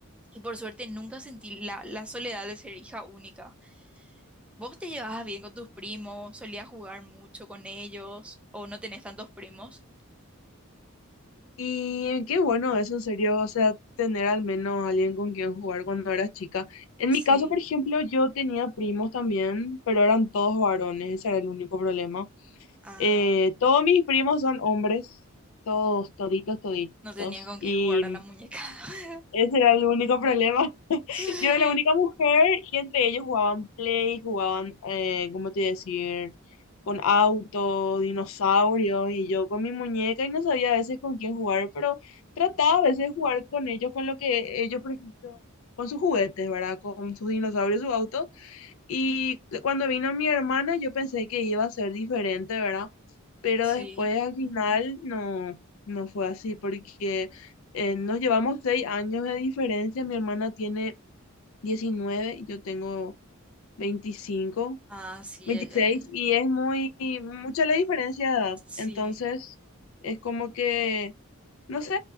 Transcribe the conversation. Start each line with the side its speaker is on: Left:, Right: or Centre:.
Centre: y por suerte nunca sentí la, la soledad de ser hija única. ¿Vos te llevabas bien con tus primos? ¿Solías jugar mucho con ellos? ¿O no tenés tantos primos?
Left: Y qué bueno eso, en serio, o sea, tener al menos alguien con quien jugar cuando eras chica. En
Centre: Sí.
Left: mi caso, por ejemplo, yo tenía primos también, pero eran todos varones, ese era el único problema.
Centre: Ah,
Left: Eh, todos mis primos son hombres, todos, toditos, toditos.
Centre: no tenías con quién
Left: Y
Centre: jugar a la muñeca. <laughs>
Left: Ese era el único problema. <laughs>
Centre: Sí,
Left: Yo era la única mujer y entre ellos jugaban Play, jugaban, eh, ¿cómo te decir? Con autos, dinosaurios y yo con mi muñeca y no sabía a veces con quién jugar, pero trataba a veces de jugar con ellos, con lo que ellos, por ejemplo, con sus juguetes, ¿verdad? Con sus dinosaurios, sus autos. Y cuando vino mi hermana, yo pensé que iba a ser diferente, ¿verdad? Pero
Centre: sí.
Left: después al final no, no fue así, porque eh, nos llevamos seis años de diferencia. Mi hermana tiene 19 y yo tengo 25
Centre: Ah, sí,
Left: 26
Centre: ella.
Left: y es muy, mucha la diferencia de edad.
Centre: Sí.
Left: Entonces, es como que, no sé,